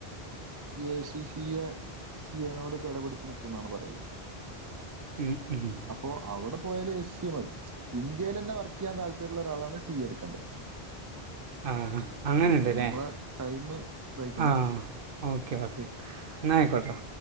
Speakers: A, on the right; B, on the right.
A: A C C A C A നോട് കടപിടിച്ച് നിക്കും എന്നാണ് പറയല്
B: ഉമ് ഉമ്
A: അപ്പോൾ അവിടെ പോയാൽ എ സി എ മതി ഇന്ത്യയിൽ തന്നെ വർക്ക് ചെയ്യാൻ താല്പര്യമുള്ള ഒരാളാണ് സി എ എടുക്കേണ്ടത്
B: ആഹ് ആഹ് അങ്ങനെ
A: ഓക്കെ
B: ഉണ്ടല്ലേ
A: നമ്മളെ ടൈം ഇതായിക്കണു
B: ആഹ് ഓക്കെ ഓക്കെ
A: ശരി
B: എന്നയിക്കോട്ടേ